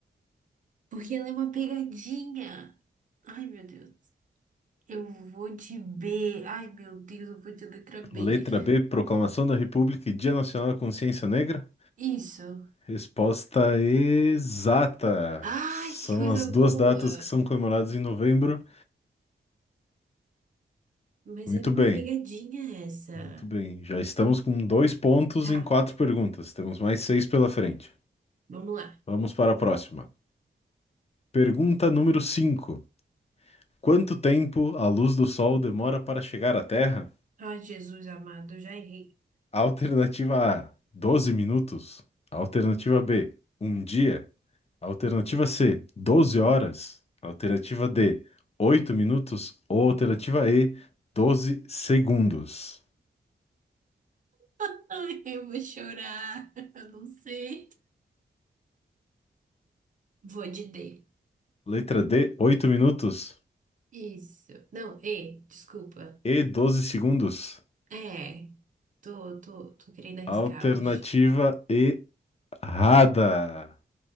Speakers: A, on the right; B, on the left.
A: Porque ela é uma pegadinha. Ai, meu Deus. Eu vou de B. Ai, meu Deus, eu vou de letra B.
B: Letra B, Proclamação da República e Dia Nacional da Consciência Negra?
A: Isso.
B: Resposta exata.
A: Ai,
B: São
A: que coisa
B: as duas
A: boa!
B: datas que são comemoradas em novembro.
A: Mas
B: Muito
A: era uma
B: bem,
A: pegadinha essa.
B: muito bem. Já estamos com dois pontos
A: Tá,
B: em quatro perguntas. Temos mais seis pela frente.
A: vamos lá.
B: Vamos para a próxima. Pergunta número 5. Quanto tempo a luz do sol demora para chegar à Terra?
A: Ai, Jesus amado, eu já errei.
B: Alternativa A, 12 minutos. Alternativa B, um dia. Alternativa C, 12 horas. Alternativa D, 8 minutos. Ou alternativa E, 12 segundos.
A: <laughs> Ai, eu vou chorar. <laughs> Eu não sei. Vou de D.
B: Letra D, 8 minutos
A: Isso. Não, E, desculpa.
B: e 12 segundos.
A: É, tô, tô, tô querendo arriscar
B: Alternativa
A: hoje.
B: errada.